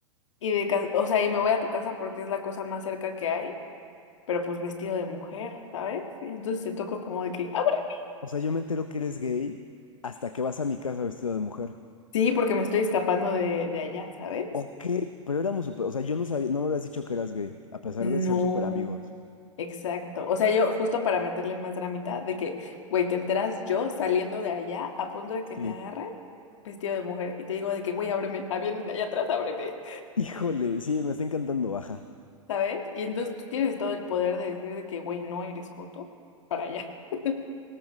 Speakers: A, on the left; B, on the left.
A: Y de ca- o sea, y me voy a tu casa porque es la cosa más cerca que hay, pero pues vestido de mujer, ¿sabes? Y entonces te toco como de que, "Ábreme".
B: O sea, yo me entero que eres gay hasta que vas a mi casa vestido de mujer.
A: Sí, porque me estoy escapando de, de allá, ¿sabes?
B: Ok, pero éramos súper, o sea, yo no sabía, no me habías dicho que eras gay, a pesar
A: No.
B: de ser súper amigos.
A: Exacto. O sea, yo justo para meterle más dramita de que, güey, te enteras yo saliendo de allá a punto de
B: Sí.
A: que me agarren vestido de mujer y te digo de que, güey, ábreme, ah, vienen allá atrás, ábreme,
B: Híjole, sí, me está encantando, baja.
A: <laughs> ¿sabes? Y entonces tú tienes todo el poder de decir de que, güey, no eres joto para allá. <laughs>